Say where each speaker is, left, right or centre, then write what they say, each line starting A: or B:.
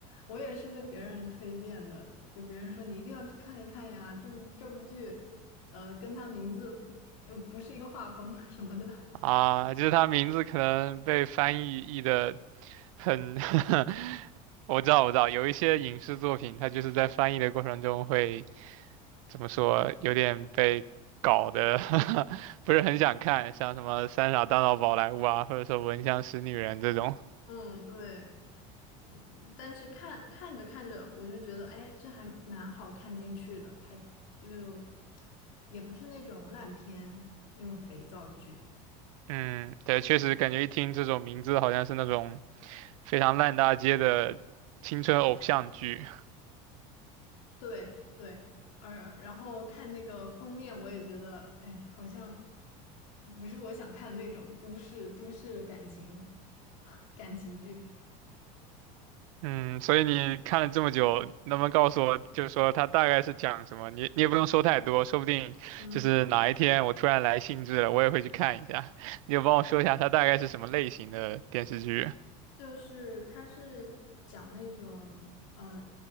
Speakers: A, on the left; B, on the right.
A: 我也是被别人推荐的，就别人说你一定要去看一看呀，这部这部剧，呃，跟它名字又不是一个画风 <laughs> 什么的。
B: 啊，就是它名字可能被翻译译的很 <laughs> 我知道，我知道，有一些影视作品，它就是在翻译的过程中会怎么说，有点被搞得 <laughs> 不是很想看，像什么《三傻大闹宝莱坞》啊，或者说《闻香识女人》这种。
A: 嗯，对。嗯但是看看着看着，我就觉得，哎，这还蛮好看进去的，还就也不是那种烂片那种肥皂剧。
B: 嗯，对，确实感觉一听这种名字，好像是那种非常烂大街的青春偶像剧。
A: 对对，而然后看那个封面，我也觉得，哎，好像不不是我想看的那种都市都市感情 <laughs> 感情剧。
B: 嗯，所以你看了这么久，能不能告诉我，就是说它大概是讲什么？你你也不用说太多，说不定就是哪一天我突然来兴致了，
A: 嗯。
B: 我也会去看一下。你就帮我说一下它大概是什么类型的电视剧
A: 就是他是讲那种呃，